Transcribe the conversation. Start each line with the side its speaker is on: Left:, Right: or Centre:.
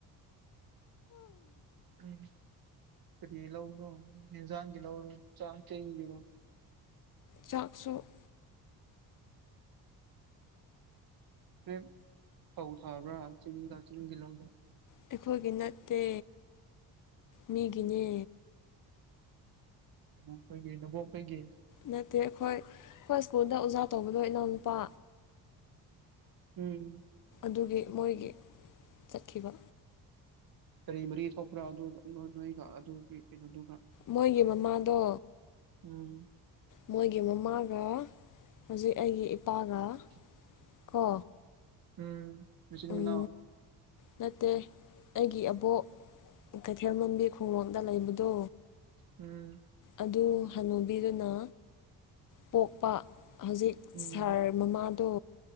Right: ꯎꯝ ꯀꯔꯤ ꯂꯧꯔꯣꯖꯥꯡꯒꯤ ꯂꯧꯔꯣ ꯆꯥꯡ ꯀꯔꯣ
Left: ꯆꯥꯛꯁꯨꯣꯛ
Right: ꯍꯣꯏ ꯐꯧ ꯊꯥꯕ꯭ꯔꯥ ꯆꯤꯡꯗ ꯆꯤꯡ ꯇꯤꯜꯍꯧꯗ
Left: ꯑꯩꯈꯣꯏꯒꯤ ꯅꯠꯇꯦ ꯃꯤꯒꯤꯅꯦ
Right: ꯑꯗꯨ ꯑꯩꯈꯣꯏꯒꯤ ꯅꯕꯣꯛ ꯑꯩꯈꯣꯏꯒꯤ
Left: ꯅꯠꯇꯦ ꯑꯩꯈꯣꯏ ꯑꯩꯈꯣꯏ ꯁ꯭ꯀꯨꯜꯗ ꯑꯣꯖꯥ ꯇꯧꯕꯗꯣ ꯏꯅꯥꯎꯅꯨꯄꯥ
Right: ꯎꯝ
Left: ꯑꯗꯨꯒꯤ ꯃꯣꯏꯒꯤ ꯆꯠꯈꯤꯕ
Right: ꯀꯔꯤ ꯃꯔꯤ ꯊꯣꯛꯄ꯭ꯔꯥ ꯑꯗꯨ ꯅꯣꯏꯒ ꯑꯗꯨꯒꯤ ꯀꯩꯅꯣꯗꯨꯒ
Left: ꯃꯣꯏꯒꯤ ꯃꯃꯥꯗꯣ
Right: ꯎꯝ
Left: ꯃꯣꯏꯒꯤ ꯃꯃꯥꯒ ꯍꯧꯖꯤꯛ ꯑꯩꯒꯤ ꯏꯄꯥꯒ
Right: <inaudible>
Left: ꯀꯣ
Right: ꯎꯝ ꯃꯆꯑꯣ
Left: ꯎꯝ ꯅꯠꯇꯦ ꯑꯩꯒꯤ ꯑꯕꯣꯛ ꯀꯩꯊꯦꯜ ꯃꯕꯤ ꯈꯨꯡꯎꯞꯗ ꯂꯩꯕꯗꯣ
Right: ꯎꯝ
Left: ꯑꯗꯨ ꯍꯅꯨꯕꯤꯗꯨꯅ ꯄꯣꯛꯄ ꯍꯧꯖꯤꯛ
Right: ꯎꯝ
Left: ꯁꯥꯔ ꯃꯃꯥꯗꯣ